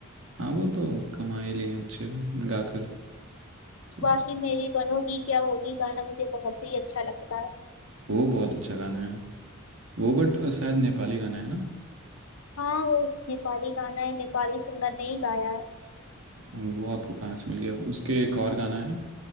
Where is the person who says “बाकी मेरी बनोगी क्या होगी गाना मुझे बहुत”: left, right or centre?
Left